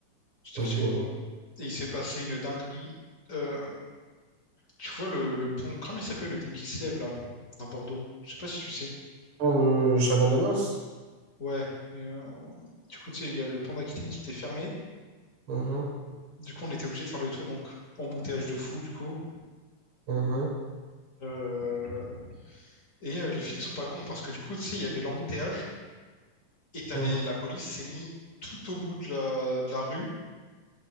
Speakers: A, on the left; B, on the right.
A: C'était
B: Ok.
A: assez drôle. Et il s'est passé une dinguerie. Euh, Tu vois le, le pont, comment il s'appelle le pont qui se lève là, dans Bordeaux? Je sais pas si tu sais.
B: Euh, Chabandelmas?
A: Ouais. Et, euh, du coup, tu sais, il y a le pont d'Aquitaine qui était fermé.
B: Mhm.
A: Du coup, on était obligé de faire le tour, donc embouteillage de fou, du coup.
B: Mhm.
A: Euh, Et euh, les flics sont pas cons parce que du coup, tu sais, il y avait l'embouteillage et t'as
B: Mhm.
A: les- la police s'est mis tout au bout de la, de la rue